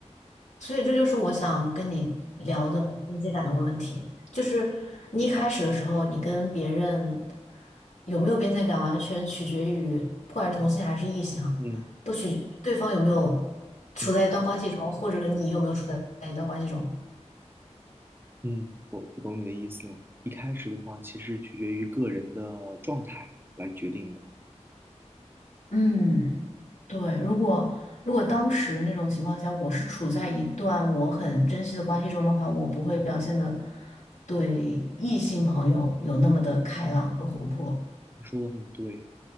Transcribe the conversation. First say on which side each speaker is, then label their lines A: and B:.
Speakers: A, on the left; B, on the right.
A: 所以这就是我想跟你聊的边界感的问题。就是你一开始的时候，你跟别人有没有边界感，完全取决于不管是同性还是异性哈，
B: 嗯
A: 对方有没有处在一段关系中，
B: 嗯
A: 或者你有没有处在一段关系中。
B: 嗯，我我懂你的意思了。一开始的话，其实取决于个人的状态来决定的。
A: 嗯，对，如果如果当时那种情况下，我是处在一段我很珍惜的关系中的话，我不会表现的对异性朋友有那么的开朗和活泼。
B: 你说的很对。